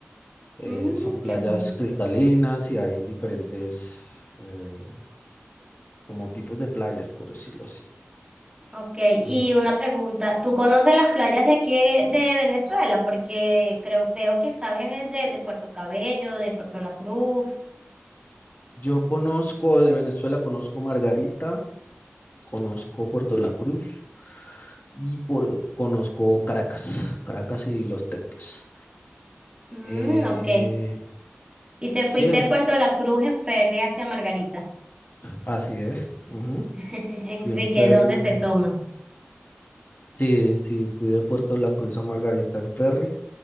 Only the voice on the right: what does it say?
Mm,
qué bueno.
Ok, y
una pregunta, ¿tú conoces las playas de aquí de de Venezuela? Porque creo, veo que sabes de, de Puerto Cabello, de Puerto La Cruz.
Mm,
ok. Y te fuiste
de Puerto La Cruz en ferry hacia Margarita.
<laughs>
Así
que es donde se toma.